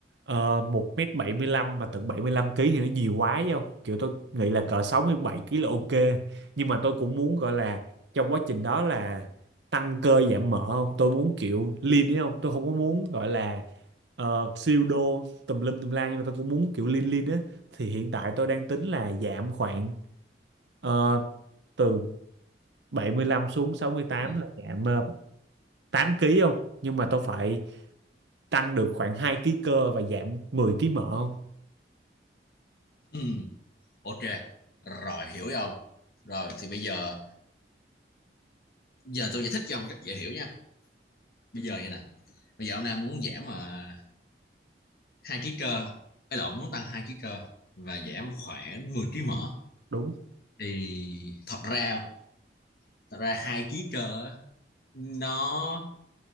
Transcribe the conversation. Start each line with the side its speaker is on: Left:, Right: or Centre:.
Right: uh, một mét 75 mà tận bảy mươi lăm ký thì nó nhiều quá chứ không kiểu tôi nghĩ là cỡ 67 ký là ok nhưng mà tôi cũng muốn gọi là trong quá trình đó là tăng cơ giảm mỡ không tôi muốn kiểu lean ấy không tôi không có muốn gọi là ờ, siêu đô tùm lum tùm la nhưng mà tôi cũng muốn kiểu lean lean á thì hiện tại tôi đang tính là giảm khoảng ờ, từ 75 xuống sáu mươi tám
Left: Ừ.
Right: là giảm ờ, 8 kg không? Nhưng mà tôi phải tăng được khoảng 2 ký cơ và giảm 10 ký mỡ không?
Left: Ừ, ok. Rồi hiểu rồi ông. Rồi thì bây giờ giờ tôi giải thích cho ông cách dễ hiểu nha. Bây giờ vậy nè. Bây giờ ông đang muốn giảm mà hai ký cơ, ấy lộn muốn tăng hai ký cơ và giảm khoảng mười ký mỡ
Right: Đúng.
Left: thì thật ra thật ra hai ký cơ á, nó